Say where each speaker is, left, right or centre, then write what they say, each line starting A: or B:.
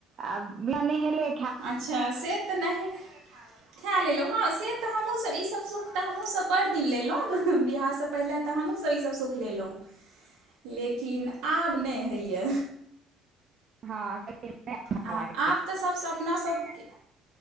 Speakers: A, on the right (about 35°); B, on the right (about 80°).
A: आब नहेलै।
B: अच्छा से तऽ नैहे खए लेलौ हँ से- तऽ हमहूँसब ईसब सुख तऽ हमहूँसब बड़ दिन लेलौ बिआहसँ पहिनेे तऽ हमहूँसब ईसब सुख लेलौ। लेकिन आब नै हैया।
A: हँ से नहि अच्छा
B: हँ
A: लागे
B: आ आब तऽ सबसँ अपना सबके-